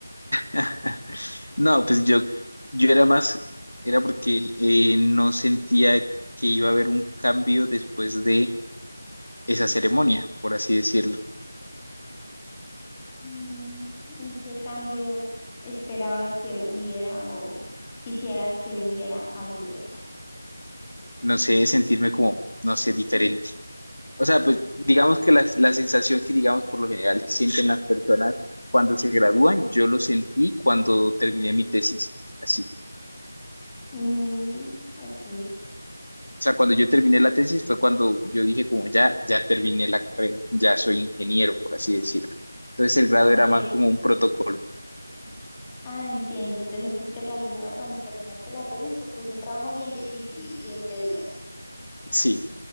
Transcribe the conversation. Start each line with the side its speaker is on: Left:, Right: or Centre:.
Left: <laughs> No, pues yo, yo era más, era porque eh, no sentía que iba a haber un cambio después de esa ceremonia, por así decirlo.
Centre: Mm, ¿Y qué cambio esperabas que hubiera o quisieras que hubiera habido?
Left: No sé, sentirme como, no sé, diferente. O sea, pues digamos que la, la sensación que, digamos, por lo general sienten las personas cuando se gradúan, yo lo sentí cuando terminé mi tesis. Así.
Centre: Mm, ok,
Left: O sea, cuando yo terminé la tesis fue cuando yo dije como ya, ya terminé la carrera, ya soy ingeniero, por así decirlo. Entonces el grado
Centre: ok.
Left: era más como un protocolo.
Centre: Ah, entiendo. Te sentiste realizado cuando terminaste la tesis porque es un trabajo bien difícil y bien tedioso.
Left: Sí,